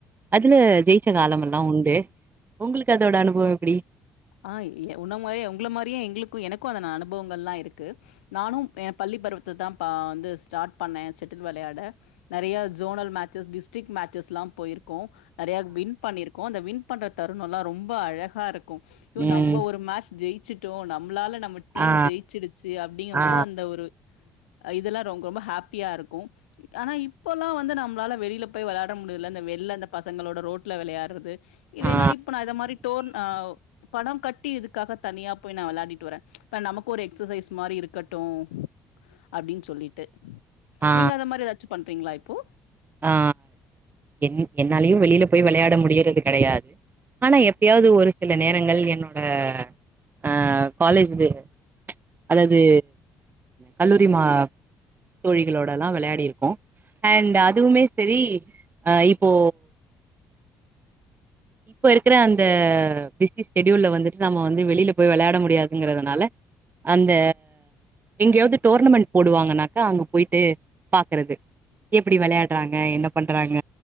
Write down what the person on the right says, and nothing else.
அதுல ஜெயிச்ச காலமெல்லா உண்டு உங்களுக்கு அதோட அனுபவ எப்டி
ம்
ஆ
ஆ
ஆ
ஆ
ஆ என் என்னாலயு வெளியில போய் வெளையாட முடியிறது கெடையாது ஆனா எப்பயாவது ஒரு சில நேரங்கள் என்னோட ஆ காலேஜ்து அதாது கல்லூரி மா தோழிகளோடல்லா வெளையாடிருக்கோ அண்டு அதுவுமே செரி ஆ இப்போ இப்ப இருக்கிற அந்த பிஸி ஷெடியூல்ல வந்துட்டு நம்ம வந்து வெளியில போய் வெளாட முடியாதுங்கிறதுனால அந்த எங்கேயாது டோர்னமெண்ட் போடுவாங்கன்னாக்கா அங்க போயிட்டு பாக்கறது எப்டி வெளையாட்றாங்க என்ன பண்றாங்க